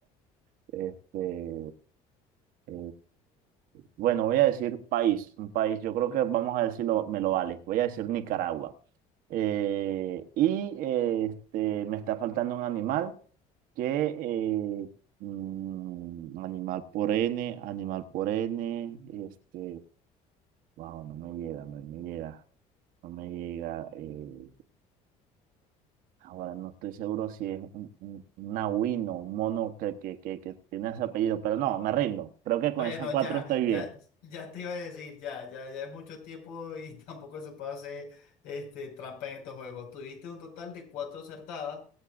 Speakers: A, on the right; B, on the left.
A: este, eh, bueno, voy a decir país, un país, yo creo que vamos a decirlo, me lo vale. Voy a decir Nicaragua. Eh, y eh, este, me está faltando un animal que, eh, mm, animal por N, animal por N, este, wow, no me llega, no me llega, no me llega. eh, ahora no estoy seguro si es un, un, un nahuino, un mono que, que, que, que tiene ese apellido, pero no, me rindo. Creo que con
B: Bueno,
A: esas cuatro
B: ya,
A: estoy bien.
B: ya, ya te iba a decir, ya, ya, ya es mucho tiempo y <laughs> tampoco se puede hacer este, trampa en estos juegos. Tuviste un total de cuatro acertadas